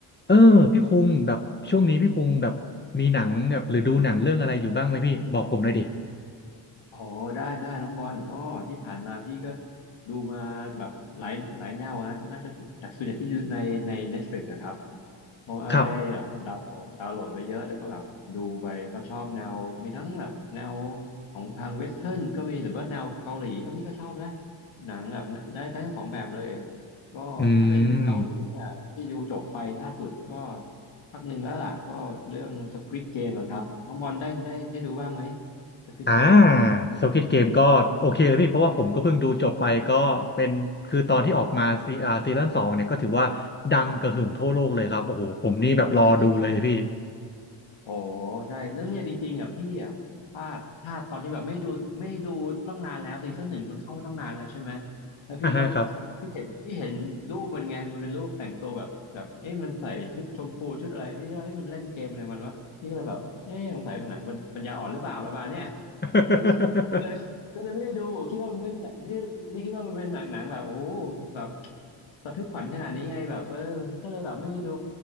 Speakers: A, on the left; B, on the left.
A: เออพี่คุงแบบช่วงนี้พี่คุงแบบมีหนังแบบหรือดูหนังเรื่องอะไรอยู่บ้างไหมพี่บอกผมหน่อยดิ
B: โอ้โหได้ได้น้องบอลก็ที่ผ่านมาพี่ก็ดูมาแบบหลายหลายแนวนะน่าจะแบบส่วนใหญ่พี่ดูในใน Netflix อะครับเพราะว่าได้แบบดาวน์โหลดดาวน์โหลดไว้เยอะแล้วก็แบบดูไปก็ชอบแนวมีทั้งแบบแนว
A: ครับ
B: ของทางเวสเทิร์นก็มีหรือว่าแนวเกาหลีก็พี่ก็ชอบนะหนังแบบได้ได้ทั้งสองแบบเลยก็ถ้าเป็นเกาหลีเนี่ยที่ดูจบไปล่าสุดก็
A: อืม
B: พักหนึ่งแล้วล่ะก็เรื่อง Squid Game อะครับน้องบอลได้ได้ได้ดูบ้างไหม Squid
A: อ่า
B: Game
A: Squid Game ก็โอเคเลยพี่เพราะว่าผมก็เพิ่งดูจบไปก็เป็นคือตอนที่ออกมาซีอ่าซีซั่นสองเนี่ยก็ถือว่าดังกระหึ่มทั่วโลกเลยครับโอ้โหผมนี่แบบรอดูเลยเลยพี่
B: ใช่ โอ้ใช่แล้วเนี่ยจริงๆอ่ะพี่อ่ะพลาดพลาดตอนที่แบบไม่ดูไม่ดูตั้งนานแล้วซีซั่นหนึ่งมันเข้ามาตั้งนานแล้วใช่ไหมแล้วพี่ก็
A: อ่าฮะครับ
B: พี่เห็นพี่เห็นรูปมันไงมันเป็นรูปแต่งตัวแบบแบบเอ๊ะมันใส่ชุดชมพูชุดอะไรเอ๊ะแล้วเอ๊ะมันเล่นเกมอะไรมันวะนี่ก็เลยแบบเอ๊ะสงสัยมันหนังปันปัญญาอ่อนหรือเปล่าประมาณเนี้ย
A: <laughs>
B: <laughs> ก็เลยก็เลยก็เลยไม่ได้ดูคิดว่ามันเป็นหนังที่ไม่คิดว่ามันเป็นหนังหนังแบบโอ้โหแบบ ระทึกขวัญขนาดนี้ไงแบบเออก็เลยแบบไม่ได้ดู